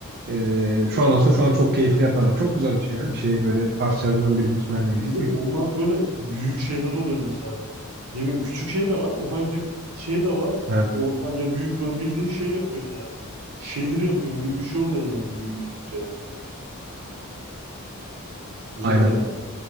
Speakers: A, on the right (about 45°); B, on the right (about 80°).
A: ee, şu an olsa şu an çok keyifli yaparım. Çok güzel bir şey ya. Bir şeyi böyle parçalarından bir bütün haline getirmek.
B: Bir de onlar böyle büyük şeyler oluyor mesela. Ne bileyim küçük şey de var, ufacık şey de var.
A: Evet,
B: Ortanca büyük böyle bildiğin şey yapıyorsun yani. Şehir yapıyorsun gibi bir şey oluyor yani büyütünce yani. Güzel
A: aynen.
B: ya.